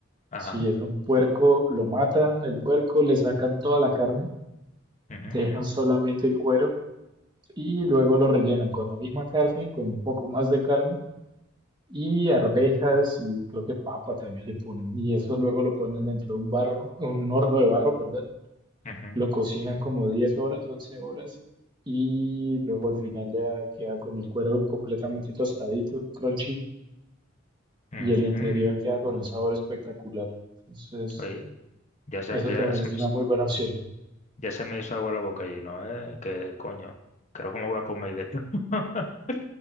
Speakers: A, on the left; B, on the right.
A: Ajá.
B: Si es un puerco, lo matan, el puerco, le sacan toda la carne,
A: Ujú,
B: dejan
A: ujú,
B: solamente el cuero y luego lo rellenan con la misma carne, con un poco más de carne y arvejas y creo que papa también le ponen. Y eso luego lo ponen dentro de un barro, un horno de barro, perdón.
A: ujú,
B: Lo cocinan como 10 horas, 11 horas y luego al final ya queda con el cuero completamente tostadito, crunchy.
A: ujú.
B: y el interior queda con un sabor espectacular. Entonces,
A: Oye, ya se,
B: eso
A: ya
B: también
A: se
B: es
A: me,
B: una
A: hizo-
B: muy buena opción.
A: ya se me hizo agua la boca allí, ¿no? ¿Eh? Que coño, creo que me voy a comer de esto. <laughs>